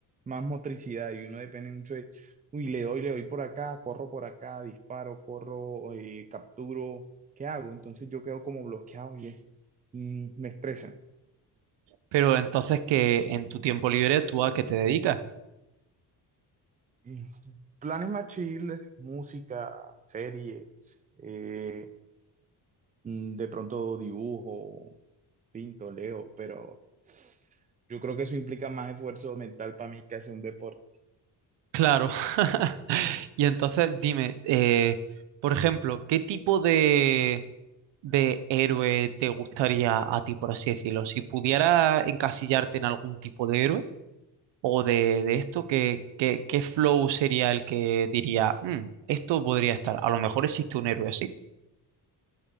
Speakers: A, on the right; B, on the right.
A: más motricidad y uno depende mucho de, uy, le doy, le doy por acá, corro por acá, disparo, corro, eh, capturo, ¿qué hago? Entonces yo quedo como bloqueado y es- mm, me estresa.
B: Pero entonces que en tu tiempo libre tú a qué te dedicas.
A: y planes más chill, música, series, eh, mm, de pronto dibujo, pinto, leo, pero yo creo que eso implica más esfuerzo mental para mí que hacer un deporte.
B: Claro. <laughs> Y entonces dime, eh, por ejemplo, ¿qué tipo de de héroe te gustaría a ti, por así decirlo? Si pudiera encasillarte en algún tipo de héroe o de, de esto, ¿qué, qué, qué flow sería el que diría, "Mm, esto podría estar? A lo mejor existe un héroe así.